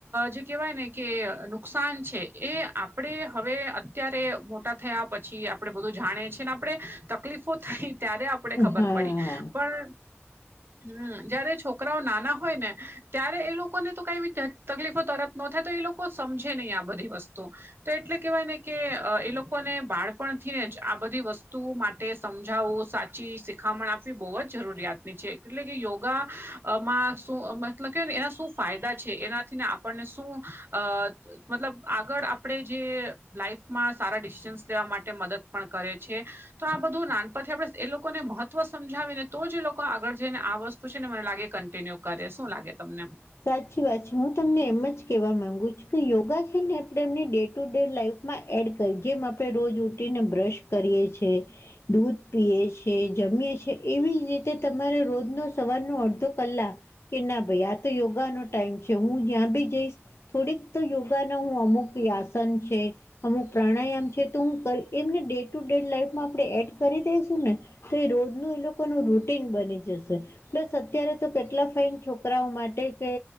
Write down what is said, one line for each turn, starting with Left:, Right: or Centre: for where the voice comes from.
Right: જે કહેવાય ને કે નુકસાન છે એ આપણે હવે અત્યારે મોટા થયા પછી આપડે બધું જાણીએ છીએ ને આપડણે, તકલીફો થઈ. ત્યારે આપડે ખબર
Left: હા
Right: પડી, પણ હમ જયારે છોકરાઓ નાના હોય ને. ત્યારે એ લોકોને તો કઈ તકલીફો તરત ન થાય તો એ લોકો સમજે નહી આ બધી વસ્તુ. તો એટલે કેહેવાય ને કે એ લોકોને બાળપણ થીને જ આ બધી વસ્તુ તે સમજાવું સાચી શિખામણ આપવી બહુ જ જરૂરિયાતની છે એટલે કે યોગા. અ માં શું મતલબ કે ને એના શું ફાયદા છે એનાથી ને આપણને શું, અ મતલબ આગળ આપણે જે લાઈફમાં સારા ડિસીિજન્સ લેવા માટે મદદ પણ કરે છે. તો આ બધું નાનપણથી આપણે એ લોકોને મહત્વ સમજાવીને તો જ લોકો આગળ જઈને આ વસ્તુ શું છે ને મને લાગે કન્ટિન્યુ કરે શું લાગે તમને?
Left: સાચી વાત છે હું તમને એમ જ કેવા માંગુ છું કે યોગા છે ને આપણે એમને ડેટ ટુ ડે લાઈફમાં એડ કરી જેમ આપણે રોજ ઉટીને બ્રશ કરીએ છે. દૂધ પીએ છે જમીએ છે એવી જ રીતે તમારે રોજનો સવારનો અડધો કલાક. કે ના ભાઈ આ તો યોગાનો ટાઈમ છે હું જ્યાં બી જઈશ. થોડીક તો યોગાના હું અમુક આયાસન છે. અમુક પ્રાણાયામ છે તો હું એમને ડે ટુ ડે લાાઈફમાં આપણે એડ કરી દઈશું ને. તો એ રોજ ન એ લોકોનું રૂટીન બની જશે. પ્લસ અત્યારે તો કેટલા ફઇન છોકરાઓ માટે માટે કે